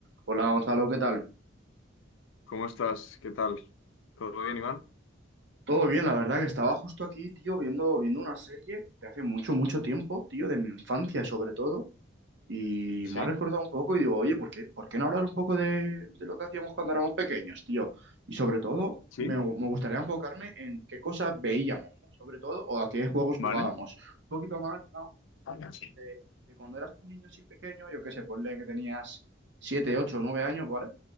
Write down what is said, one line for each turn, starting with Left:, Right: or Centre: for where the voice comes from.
Right: Hola Gonzalo, ¿qué tal?
Left: ¿Cómo estás? ¿Qué tal? ¿Todo bien, Iván?
Right: Todo bien, la verdad que estaba justo aquí, tío, viendo, viendo una serie de hace mucho, mucho tiempo, tío, de mi infancia sobre todo, y me
Left: Sí,
Right: ha recordado un poco y digo, oye, ¿por qué, por qué no hablar un poco de, de lo que hacíamos cuando éramos pequeños, tío? Y sobre todo,
Left: Sí,
Right: me, gu- me gustaría enfocarme en qué cosas veíamos, ¿no? Sobre todo, o a qué juegos
Left: vale.
Right: jugábamos. Un poquito más, ¿no?
Left: Hola, sí.
Right: de, de cuando eras un niño así pequeño, yo qué sé, ponle que tenías 7, 8, 9 años, ¿vale?